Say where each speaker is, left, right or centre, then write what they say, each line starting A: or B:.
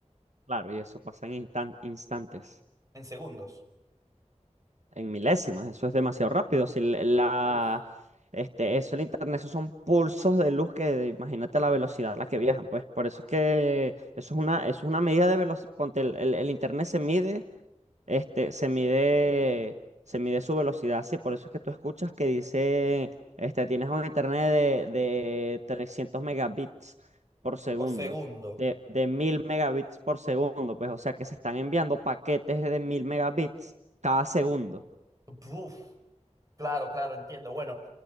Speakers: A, on the right (about 70°); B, on the right (about 30°).
A: Claro, y eso pasa en instan- instantes.
B: en segundos,
A: En milésimas, eso es demasiado rápido. Si l- la,
B: Uf,
A: este, eso, el internet, esos son pulsos de luz que imagínate la velocidad a la que viajan, pues. Por eso es que eso es una, eso es una medida de velocidad. Ponte, el, el- el internet se mide, este, se mide, se mide su velocidad, sí. Por eso es que tú escuchas que dice, este, tienes un internet de, de 300 megabits por segundo.
B: por segundo.
A: De, de 1000 megabits por segundo, pues, o sea que se están enviando paquetes de 1000 megabits cada segundo.
B: Buf. Claro, claro, entiendo. Bueno,